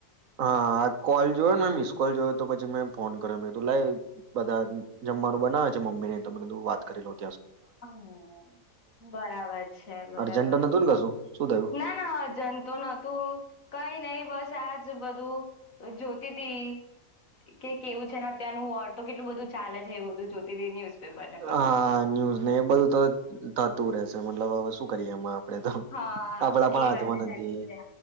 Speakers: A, on the right (about 75°); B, on the left (about 75°).
A: હા આ કોલ જોયો ને મેં મિસ કોલ જોયો તો પછી મેં ફોન કર્યો મે કીધું લઈ બધા જમવાનું બનાવે છે મમ્મી ને તો મે કીધું વાત કરી લ
B: હમ બરાબર છે બરાબર
A: અર્જન્ટ નતું
B: છે
A: ને કશું શું થયું
B: ના ના અજન તો નોતું કઈ નહ બસ જ બધું જોતી હતીી કે કેવું છે ને અત્યારનું વોર તો કેટલું બધું ચાલે છે એ બધું જોતી ન્યુઝપેપર ને બધું
A: હા ન્યૂઝ ને એ બધું તો થતું રહેશે મતલબ હવે શું કરીએ એમાં તો કપડા
B: હા
A: પણ
B: એ
A: હાથમાં
B: વાત તો સાચી
A: નથી
B: છે